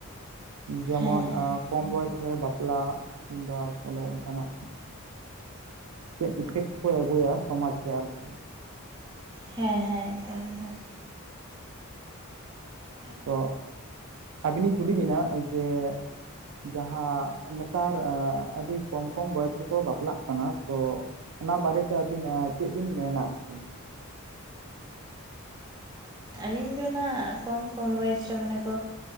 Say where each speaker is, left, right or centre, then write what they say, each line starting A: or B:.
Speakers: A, on the right; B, on the right.
A: ᱡᱮᱢᱚᱱ
B: ᱦᱮᱸ ᱦᱮᱸ
A: ᱚ, ᱠᱚᱢ ᱵᱚᱭᱮᱥ ᱨᱮ ᱵᱟᱯᱞᱟ, ᱠᱤᱝᱵᱟ ᱠᱳᱱᱳ ᱚᱝᱠᱟᱱᱟᱜ, ᱪᱮᱫ ᱤᱯᱷᱮᱠᱴ ᱠᱚᱭ ᱟᱹᱜᱩᱭᱟ ᱥᱚᱢᱟᱡᱽ ᱨᱮ ᱟᱨᱠᱤ᱾
B: ᱦᱮᱸ ᱦᱮᱸ <unintelligible> <unintelligible>
A: ᱛᱚ ᱟᱹᱵᱤᱱᱤᱧ ᱠᱩᱞᱤ ᱵᱤᱱᱟ ᱡᱮ, ᱡᱟᱦᱟᱸ ᱱᱮᱛ ᱱᱮᱛᱟᱨ ᱟᱹᱰᱤ ᱠᱚᱢ ᱠᱚᱢ ᱵᱚᱭᱮᱥ ᱨᱮᱠᱚ ᱵᱟᱯᱞᱟᱜ ᱠᱟᱱᱟ ᱛᱚ, ᱚᱱᱟ ᱵᱟᱨᱮ ᱛᱮ ᱟᱹᱵᱤᱱ ᱪᱮᱜ ᱵᱤᱱ ᱢᱮᱱᱟ ᱟᱨᱠᱤ,
B: ᱟᱹᱞᱤᱧ ᱫᱚ ᱱᱟᱜ ᱠᱚᱢ ᱠᱚᱢ ᱵᱚᱭᱮᱥ ᱨᱮ ᱢᱟᱱᱮ ᱠᱚ,